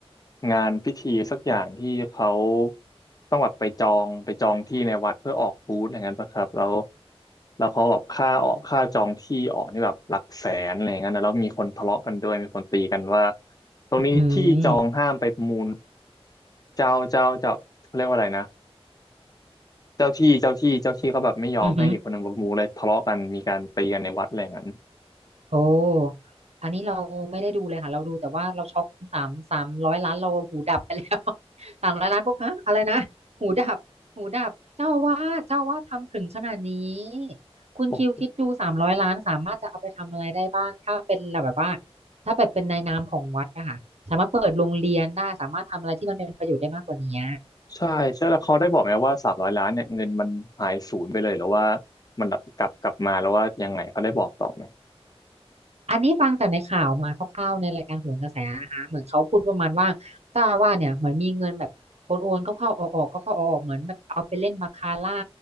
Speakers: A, on the left; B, on the right.
A: งานพิธีสักอย่างที่เขาต้องแบบไปจองไปจองที่ในวัดเพื่อออกบูธอะไรเงี้ยป่ะครับแล้วแล้วเขาแบบค่าออกค่าจองที่ออกนี่แบบหลักแสนอะไรเงี้ยนะแล้วมีคนทะเลาะกันด้วยมีคนตีกันว่าตรงนี้ที่จองห้ามไปประมูล
B: อืม
A: เจ้าเจ้าเจ้าเขาเรียกว่าอะไรนะเจ้าที่เจ้าที่เจ้าที่เขาแบบไม่ยอมให้อีกคนหนึ่งประมูลเลยทะเลาะกันมีการตีกันในวัดอะไรอย่างนั้น
B: อือหือ โอ้อันนี้เราไม่ได้ดูเลยค่ะ เราดูแต่ว่าเราช็อกสามสามร้อยล้านเราหูดับไปแล้ว <laughs> สามร้อยล้านปุ๊บฮะอะไรนะหูดับหูดับเจ้าว่าเจ้าว่าทำถึงขนาดนี้คุณคิวคิดดูสามร้อยล้านสามารถจะเอาไปทำอะไรได้บ้างถ้าเป็นแบบว่า
A: <laughs>
B: ถ้าแบบเป็นในนามของวัดอะค่ะสามารถเปิดโรงเรียนได้สามารถทำอะไรที่มันเป็นประโยชน์ได้มากกว่านี้
A: ใช่ใช่แล้วเขาได้บอกไหมว่าสามร้อยล้านเนี่ยเงินมันหายศูนย์ไปเลยหรือว่ามันกลับกลับมาแล้วว่ายังไงเขาได้บอกต่อไหม
B: อันนี้ฟังจากในข่าวมาคร่าวๆในรายการโหนกระแสนะคะเหมือนเขาพูดประมาณว่าเจ้าอาวาสเนี่ยเหมือนมีเงินแบบโอนโเข้าๆออกๆกเข้าๆออกๆเหมือนแบบเอาไปเล่นบาคาร่า